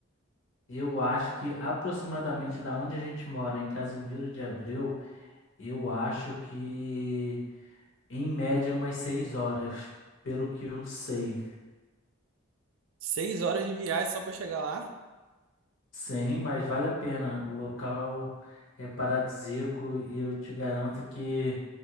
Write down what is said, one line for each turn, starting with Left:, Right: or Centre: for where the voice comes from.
Left: Eu acho que aproximadamente da onde a gente mora, em Casimiro de Abreu, eu acho que em média umas seis horas, pelo que eu sei.
Right: Seis horas de viagem só pra chegar lá.
Left: Sim, mas vale a pena. O local é paradisíaco e eu te garanto que